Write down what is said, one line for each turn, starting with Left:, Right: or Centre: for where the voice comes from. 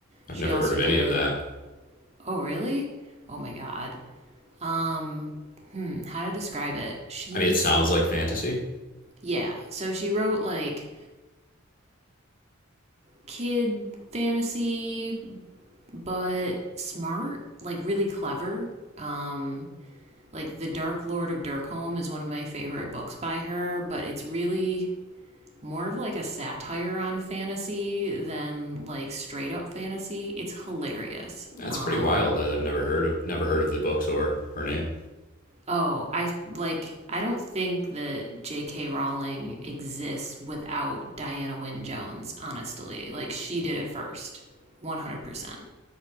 Left: I've
Right: She
Left: never
Right: also
Left: heard of
Right: did.
Left: any of that.
Right: Oh really? Oh my God. Um, hmm, how to describe it? She's
Left: I mean, it sounds like fantasy.
Right: Yeah. So she wrote like kid fantasy, but smart, like really clever. Um, like The Dark Lord of Dirkholm is one of my favorite books by her, but it's really more of like a satire on fantasy than like straight up fantasy. It's hilarious.
Left: That's
Right: Um,
Left: pretty wild that I've never heard of never heard of the books or her name.
Right: oh, I like I don't think that J.K. Rowling exists without Diana Wynne Jones. Honestly, like she did it first, one hundred percent.